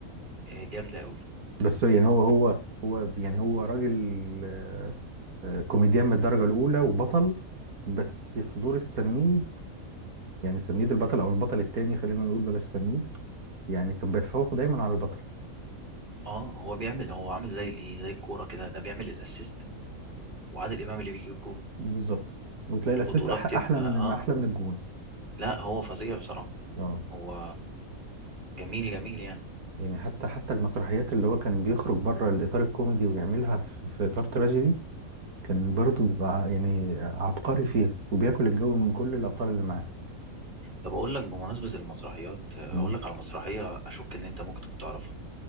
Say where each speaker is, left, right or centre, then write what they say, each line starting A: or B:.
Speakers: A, on the right; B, on the right.
A: آه، جامده قوي
B: بس هو يعني هو هو هو يعني هو راجل آه، آه، كوميديان من الدرجة الأولى وبطل بس في دور السنيد يعني سنيد البطل أو البطل التاني خلينا نقول بلاش سنيد يعني كان بيتفوق دايما على البطل
A: اه هو بيعمل هو عامل زي الايه زي الكوره كده ده بيعمل الاسيست وعادل امام اللي بيجيب الجول
B: بالظبط وتلاقي
A: البطوله
B: الأسيست أح-
A: بتبقى
B: أحلى من
A: اه
B: أحلى من الجون
A: لا هو فظيع بصراحه
B: اه
A: هو جميل جميل يعني
B: يعني حتى حتى المسرحيات اللي هو كان بيخرج بره الإطار الكوميدي ويعملها في, في إطار تراجيدي كان برضه بيبقى ع- يعني عبقري فيها وبياكل الجو من كل الأبطال اللي معاه
A: طب اقول لك بمناسبة المسرحيات آه،
B: مم.
A: اقول لك على مسرحية اشك ان انت ممكن تكون تعرفها